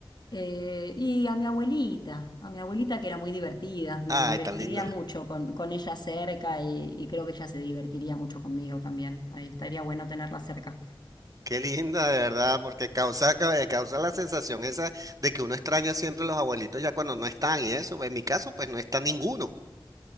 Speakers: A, on the left; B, on the right.
A: Eh, y a mi abuelita, a mi abuelita que era muy divertida, me
B: Ay,
A: divertiría
B: tan linda.
A: mucho con, con ella cerca y, y creo que ella se divertiría mucho conmigo también. Ahí estaría bueno tenerla cerca.
B: Qué linda, de verdad, porque causa, ca- eh, causa la sensación esa de que uno extraña siempre a los abuelitos ya cuando no están y eso. En mi caso, pues no está ninguno.